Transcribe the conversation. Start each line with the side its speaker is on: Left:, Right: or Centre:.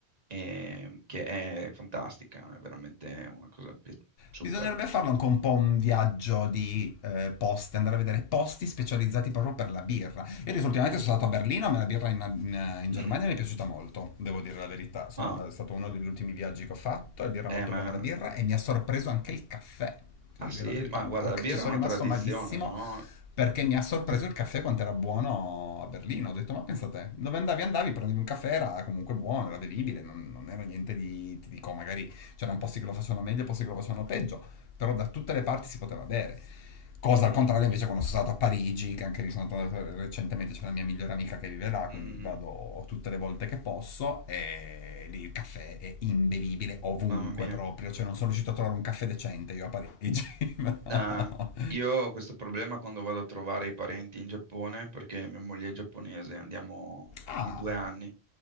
Right: e- che è fantastica, è veramente una cosa pi- super.
Left: Bisognerebbe farlo anche un po' un viaggio di eh, poste, andare a vedere posti specializzati proprio per la birra. Io adesso ultimamente sono stato a Berlino, ma la birra in, in- in
Right: Mm,
Left: Germania mi è piaciuta molto, devo dire la verità. Sono
Right: ah,
Left: andato- è stato uno degli ultimi viaggi che ho fatto, ed era
Right: eh,
Left: molto
Right: ma,
Left: buona la birra e mi ha sorpreso anche il caffè. Ti
Right: ah
Left: Devo
Right: sì,
Left: dire la verità,
Right: ma guarda,
Left: Mark,
Right: la birra
Left: ci sono
Right: è una
Left: rimasto
Right: tradizione,
Left: malissimo
Right: no?
Left: perché mi ha sorpreso
Right: Sì.
Left: il caffè quanto era buono a Berlino. Ho detto, ma pensa te, dove andavi andavi, prendevi un caffè, era comunque buono, era bevibile, non, non era niente di, ti dico, magari C'erano posti che lo facevano meglio, e posti che lo facevano peggio, però da tutte le parti si poteva bere. Cosa
Right: Mhm,
Left: al contrario invece quando sono stato a Parigi, che anche lì sono andato recentemente, c'è la mia migliore amica che vive là,
Right: mm,
Left: quindi vado tutte le volte che posso e lì il caffè è imbevibile ovunque
Right: mamma mia.
Left: proprio, cioè non sono riuscito a trovare un caffè decente io a Parigi. <laughs>
Right: Nah,
Left: No.
Right: io ho questo problema quando vado a trovare i parenti in Giappone perché mia moglie è giapponese, andiamo
Left: Ah,
Right: ogni due anni